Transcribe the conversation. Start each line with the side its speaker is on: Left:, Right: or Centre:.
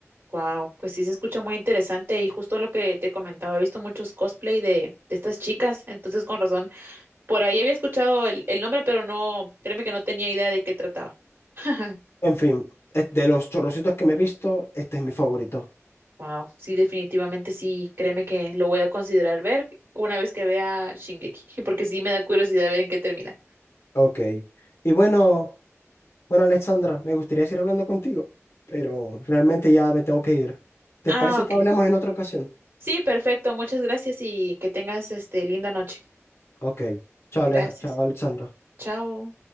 Right: wow, pues sí se escucha muy interesante y justo lo que te comentaba, he visto muchos cosplay de, de estas chicas, entonces con razón, por ahí había escuchado el, el nombre, pero no, créeme que no tenía idea de qué trataba. <laughs>
Left: En fin, es de los chorrocitos que me he visto, este es mi favorito.
Right: Wow, sí, definitivamente sí, créeme que lo voy a considerar ver una vez que vea Shingeki, <laughs> porque sí me da curiosidad ver en qué termina.
Left: Ok. Y bueno. Bueno, Alexandra, me gustaría seguir hablando contigo, pero realmente ya me tengo que ir. ¿Te
Right: Ah,
Left: parece
Right: ok.
Left: que hablemos en otra ocasión?
Right: Sí, perfecto, muchas gracias y que tengas este linda noche.
Left: Ok. Chao, Ale-
Right: Gracias.
Left: chao, Alexandra.
Right: Chao.